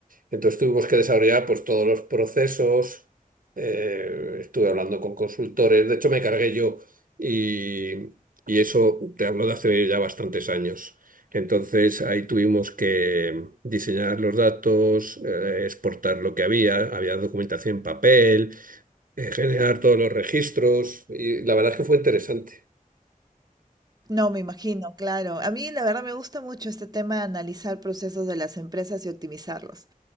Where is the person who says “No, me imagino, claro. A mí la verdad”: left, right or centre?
Right